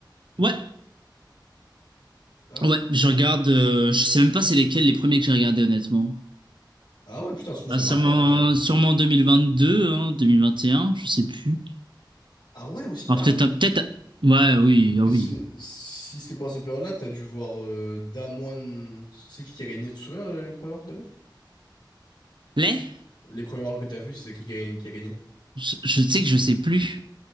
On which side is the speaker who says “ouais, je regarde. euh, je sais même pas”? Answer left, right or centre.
Right